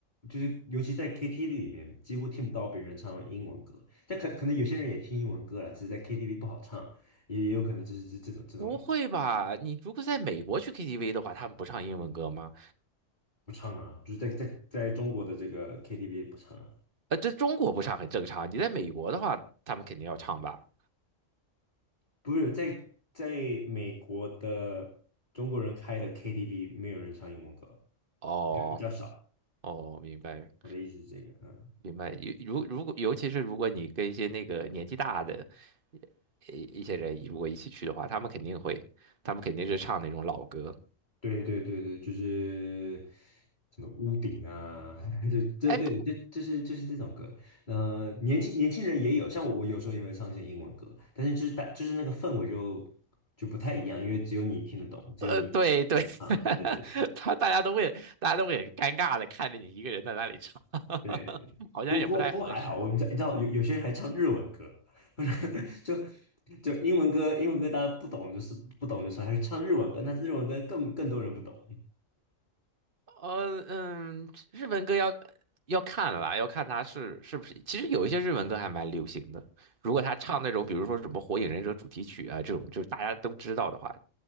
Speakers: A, on the left; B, on the right.
A: 就是尤其在 KTV 里面，几乎听不到别人唱英文歌，但可可能有些人也听英文歌了，只是在 KTV 不好唱，也也有可能就是这这种这种
B: <laughs> 不会吧？你如果在美国去 KTV 的话，他们不唱英文歌吗？
A: 不唱啊，就是在在在中国的这个 KTV 不唱啊，
B: 呃，这中国不唱很正常，你在美国的话，他们肯定要唱吧？
A: 不是在在美国的中国人开的 KTV 没有人唱英文歌，
B: 哦
A: 就比较少，
B: 哦，明白。
A: 我的意思是这个，嗯。
B: 明白。尤如如果尤其是如果你跟一些那个年纪大的一一些人如果一起去的话，他们肯定会，他们肯定是唱那种老歌。
A: 对对对对，就是什么屋顶啊，<laughs> 就这对这这是这是这种歌。
B: 哎，不
A: 呃，年轻年轻人也有，像我，我有时候也会唱一些英文歌，但是就是大就是那个氛围就就不太一样，因为只有你听得懂，只有你
B: 呃，对对，
A: 唱。
B: <laughs>
A: 对对
B: 他大家都会，大家都会很尴尬的看着你一个人在那里唱，<laughs>
A: 对，
B: 好像也不太合适。
A: 不不过不过还好，我你知道你知道有有些人还唱日文歌，<laughs> 就就英文歌英文歌大家不懂就是不懂就算，还是唱日文歌，那日文歌更更多人不懂。
B: 呃嗯，日文歌要要看啦，要看他是是不是。其实有一些日文歌还蛮流行的，如果他唱那种比如说什么《火影忍者》主题曲啊这种，就大家都知道的话，